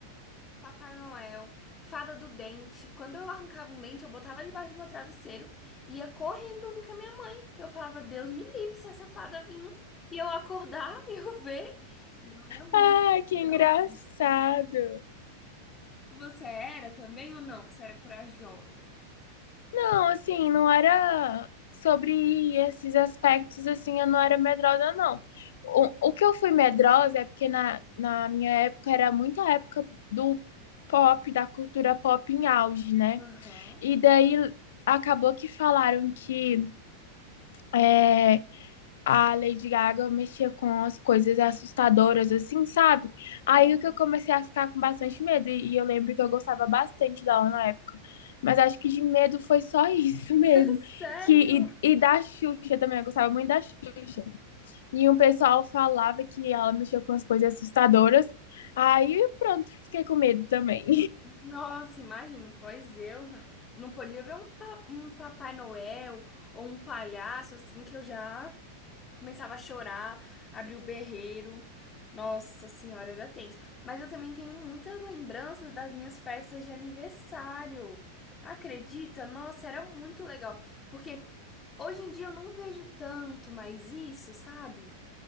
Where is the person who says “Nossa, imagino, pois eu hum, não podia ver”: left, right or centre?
Left